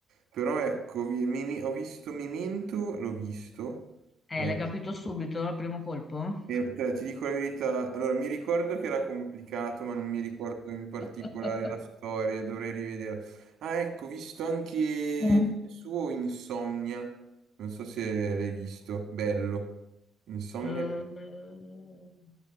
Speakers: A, on the right (about 75°); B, on the left (about 35°).
A: Però ecco, vi- mi- mi- ho visto Memento, l'ho visto,
B: Eh,
A: eh,
B: l'hai capito subito al primo colpo?
A: e te- ti dico la verità, allora mi ricordo che era complicato, ma non mi ricordo in particolare
B: <laughs>
A: la storia, dovrei rivedere. Ah, ecco, ho visto anche
B: Mm.
A: il suo Insomnia, non so se l'hai visto, bello. Insomnia,
B: Eh,